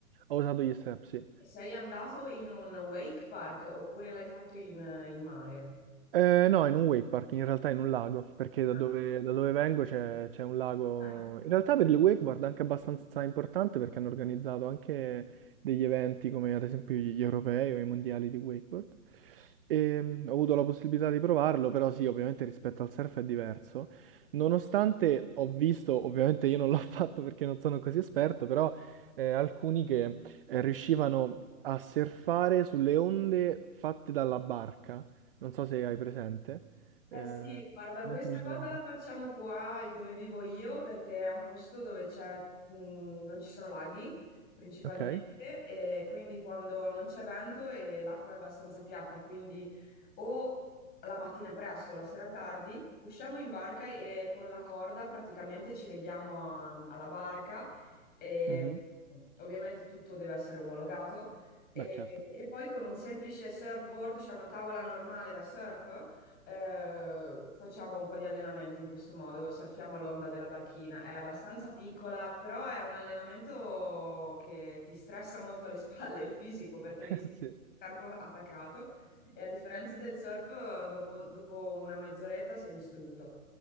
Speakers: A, on the right; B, on the left.
A: ho usato gli strap, sì.
B: e sei andato in un wake park oppure l'hai fatto in, eh, in mare?
A: Eh, no, in un wake park, in realtà in un lago, perché da
B: Ah,
A: dove, da dove vengo c'è c'è un lago.
B: ah, in un
A: In
B: lago.
A: realtà per il wakeboard è anche abbastanza importante perché hanno organizzato anche degli eventi come ad esempio gli europei o i mondiali di wakeboard. E, mm, ho avuto la possibilità di provarlo, però sì, ovviamente rispetto al surf è diverso. Nonostante ho visto, ovviamente io non l'ho <laughs> fatto perché non sono così esperto, però eh, alcuni che eh, riuscivano a surfare sulle onde fatte dalla barca non so se hai presente. Eh,
B: Eh
A: ad
B: sì, guarda, questa
A: esempio ci sono...
B: cosa la facciamo qua i- dove vivo io perché è un posto dove c'è, mh, non ci sono laghi principalmente
A: Ok,
B: e quindi quando non c'è vento e l'acqua è abbastanza piatta, quindi o la mattina presto, la sera tardi, usciamo in barca e con la corda praticamente ci leghiamo a- alla barca e
A: mhm.
B: ovviamente tutto deve essere omologato e,
A: Beh, certo.
B: e poi con un semplice surfboard, cioè una tavola normale da surf. Eh, facciamo un po' di allenamento in questo modo, surfiamo l'onda della barchina. È abbastanza piccola, però è un allenamento che ti stressa molto le <laughs> spalle e il fisico perché devi
A: <laughs>
B: stare
A: Sì.
B: tutto il tempo attaccato e a differenza del surf, dopo, dopo una mezz'oretta sei distrutto.